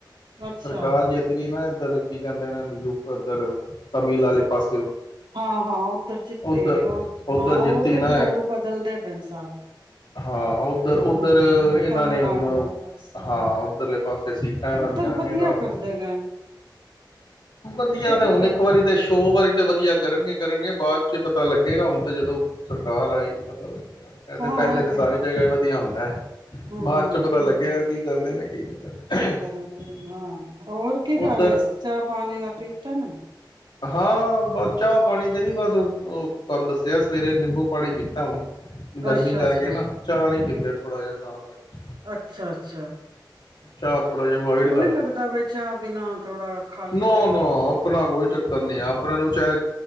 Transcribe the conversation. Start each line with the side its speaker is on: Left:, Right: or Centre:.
Right: ਅੱਛਾ।
Left: ਸਰਕਾਰ ਜਿੱਤ ਗਈ ਨਾ। ਤਦੀ ਕੀ ਕਹਿੰਦੇ ਨੇ <inaudible> ਇੱਧਰ ਤਮਿਲ ਵਾਲੇ ਪਾਸਿਓ
Right: ਹਾਂ ਹਾਂ ਉਧਰ ਜਿੱਤੇ
Left: ਉੱਧਰ
Right: ਉਹ
Left: ਉੱਧਰ
Right: ਹਾਂ
Left: ਜਿੱਤੀ
Right: ਉਹਦੇ
Left: ਨਾ ਹੈ
Right: ਰੂਲ ਬਦਲਦੇ ਪਏ ਸਾਰੇ।
Left: ਹਾਂ ਉਧਰ ਉੱਧਰ
Right: ਹੂੰ,
Left: ਇਹਨਾਂ
Right: ਤਮਿਲਨਾਡੂ
Left: ਨੇ ਹੁਣ
Right: ਵਾਲੇ ਪਾਸ ਹੂੰ,
Left: ਹਾਂ ਉੱਧਰਲੇ ਪਾਸੇ ਸੀਟਾਂ ਇਹਨਾਂ
Right: ਉੱਧਰ
Left: ਦੀ ਆਗੀਆਂ
Right: ਵਧੀਆ
Left: ਕਾਫੀ।
Right: ਕਰਦੇ ਪਏ ਨੇ।
Left: ਵਧੀਆ
Right: ਉੱਧਰ
Left: ਤੇ
Right: ਤਾਂ
Left: ਹੁਣ
Right: ਬੜਾ
Left: ਇੱਕ ਵਾਰੀ ਤੇ ਸੋ ਵਾਰੀ ਤੇ ਵਧੀਆ ਕਰਨਗੇ ਕਰਨਗੇ ਬਾਅਦ ਚ ਪਤਾ ਲੱਗੇਗਾ ਹੁਣ ਤੇ ਜਦੋਂ ਸਰਕਾਰ ਆਏਗੀ ਪਤਾ ਲੱਗੇਗਾ। ਇਹ ਤੇ
Right: ਹਾਂ
Left: ਪਹਿਲੇ ਤਾਂ
Right: ਤੇ
Left: ਸਾਰੀ
Right: ਗੱਲ
Left: ਜਗ੍ਹਾ ਹੀ ਵਧੀਆ ਹੁੰਦਾ ਹੈ
Right: ਹੂੰ।
Left: ਬਾਅਦ ਚੋਂ ਪਤਾ ਲੱਗੇਗਾ ਕੀ ਕਰਦੇ ਨੇ ਕੀ ਨਹੀਂ ਕਰਦੇ।
Right: ਨੇ ਕੀ- ਹਾਂ ਹੋਰ ਕੀ ਕਰ
Left: ਉੱਧਰ
Right: ਰਹੇ ਸੀ ਚਾਹ ਪਾਣੀ ਨਾਲ ਪੀਤਾ ਨਾ
Left: ਹਾਂ ਬਸ ਚਾਹ ਪਾਣੀ ਤੇ ਨੀ ਬਸ ਉਹ ਤੁਹਾਨੂੰ ਦੱਸਿਆ ਸਵੇਰੇ ਨਿੰਬੂ ਪਾਣੀ ਪੀਤਾ ਹੁਣ ਗਰਮੀ
Right: ਅੱਛਾ-ਅੱਛਾ,
Left: ਕਰਕੇ ਨਾ ਚਾਹ ਨੀ ਪੀਦੇ ਥੋੜ੍ਹਾ ਜਿਹਾ ਤਾਂ ਕਰਕੇ।
Right: ਅੱਛਾ ਅੱਛਾ
Left: ਚਾਹ ਥੋੜਾ ਜਿਹਾ ਅਵਇਡ ਕਰ ਲ
Right: ਲੱਗਦਾ ਬਈ ਚਾਹ ਬਿਨਾਂ ਥੋੜਾ ਖਾਲੀ-ਖਾਲੀ
Left: ਨਾ ਨ ਆਪਣਾ ਕੋਈ ਚੱਕਰ ਨੀ ਆ ਆਪਣੇ ਨੂੰ ਚਾਹ